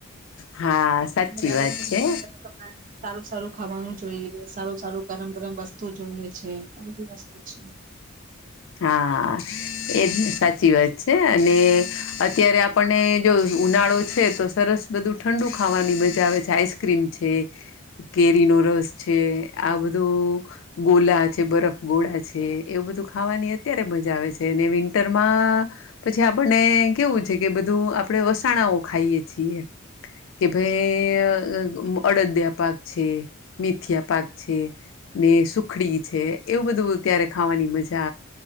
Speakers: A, on the left; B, on the right.
A: હા સાચી
B: અને વેધર
A: વાત
B: ચેન્જના
A: છે
B: બદલામાં તમને સારું સારું ખાવાનું જોઈએ સારું સારું ગરમ ગરમ વસ્તુ જોઈએ છે આ બધી વસ્તુ છે.
A: હા એજ સાચી વાત છે અને અત્યારે આપણને જો ઉનાળો છે તો સરસ બધું ઠંડુ ખાવાની મજા આવે છે આઈસ્ક્રીમ છે કેરીનો રસ છે. આ બધું ગોલા બરફ ગોળા છે એવું બધું ખાવાની અત્યારે મજા આવે છે અને વિન્ટરમાં પછી આપણને કેવું છે કે બધું આપડે વસાણાઓ ખાઈ છી કે ભાઈ અડદે આપ પાક છે મિથિયા પાક છે. ને સુખડી છે. એવું બધું ત્યારે ખાવાની મજા